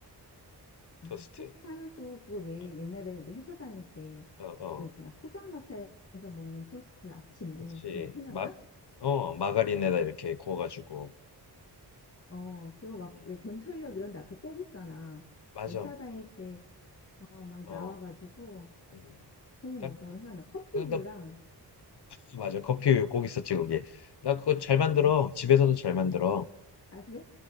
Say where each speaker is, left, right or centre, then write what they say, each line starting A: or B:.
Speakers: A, on the left; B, on the left.
A: 아,
B: 토스트.
A: 토스트 하면 또 그거 왜
B: 어,
A: 옛날에 우리 회사 다닐 때
B: 어, 어.
A: 그 있잖아. 포장마차에서 먹는 토스트 아침에.
B: 그치.
A: 그런 거 생각나?
B: 마, 어, 마가린에다 이렇게 구워가지고.
A: 어, 그거 막
B: 음,
A: 왜 전철역 이런 데 앞에 꼭 있잖아.
B: 맞아.
A: 왜 회사 다닐 때, 어, 막
B: 어,
A: 나와가지고
B: 음.
A: 그런
B: 딱,
A: 거 먹었던
B: 그,
A: 거 생각나. 커피
B: 그,
A: 우유랑,
B: 딱, 그 맞아. 커피 꼭 있었지, 거기. 나 그거 잘 만들어.
A: 어,
B: 집에서도 잘 만들어.
A: 아, 그래?